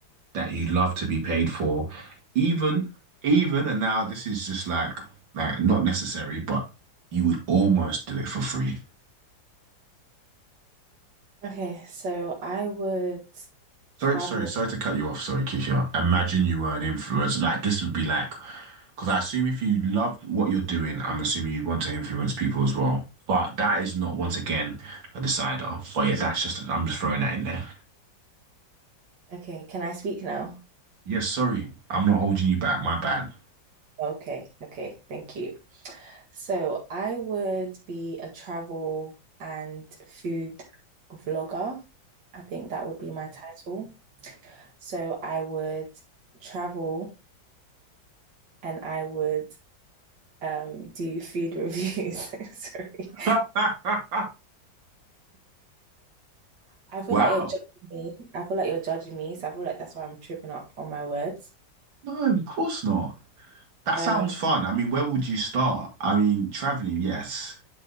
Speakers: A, on the right; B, on the right.
A: that you'd love to be paid for, even even and now this is just like like not necessary, but you would almost do it for free.
B: Okay, so I would travel.
A: Sorry, sorry, sorry to cut you off. Sorry, Keisha. Imagine you were an influencer. Like this would be like. Because I assume if you love what you're doing, I'm assuming you want to influence people as well. But that is not, once again, a decider. But yeah, that's just, I'm just throwing that in there.
B: Okay, can I speak now?
A: Yes, sorry. I'm not holding you back. My bad.
B: Okay, okay, thank you. So I would be a travel and food vlogger. I think that would be my title. So I would travel and I would um do food reviews. <laughs> Sorry.
A: <laughs>
B: I feel
A: Wow.
B: like you're judging me. I feel like you're judging me, so I feel like that's why I'm tripping up on my words.
A: No, of course not. That
B: Um,
A: sounds fun. I mean, where would you start? I mean, traveling, yes,